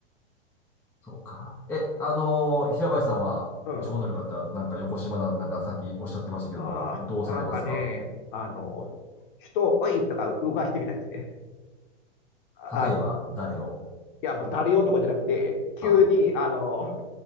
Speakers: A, in the centre; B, on the left.
A: そうか。え、あのー平林さんは、
B: うん。
A: 超能力あったら、なんか横島な、なんかさっきおっしゃってましたけども、
B: ああ、
A: どうされますか
B: なんかね、あの、人を、おいとか動かしてみたいですね。あの、
A: 例えば、誰を
B: いや、もう誰男じゃなくて、急に、
A: あ、
B: あの、